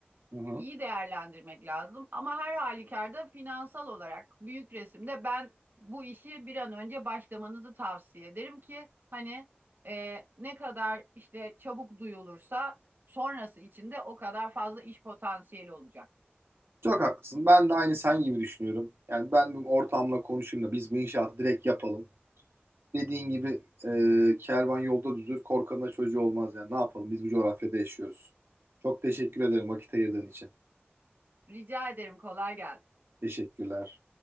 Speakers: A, on the right; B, on the right.
A: Hı hı.
B: iyi değerlendirmek lazım. Ama her halükarda finansal olarak büyük resimde ben bu işi bir an önce başlamanızı tavsiye ederim ki hani e, ne kadar işte çabuk duyulursa sonrası için de o kadar fazla iş potansiyeli olacak.
A: Çok haklısın. Ben de aynı sen gibi düşünüyorum. Yani ben bu ortamla konuşayım da biz bu inşaatı direkt yapalım. Dediğin gibi e, kervan yolda düzülür, korkanın da çocuğu olmaz yani. Ne yapalım? Biz bu coğrafyada yaşıyoruz. Çok teşekkür ederim vakit ayırdığın için.
B: Rica ederim kolay gelsin.
A: Teşekkürler.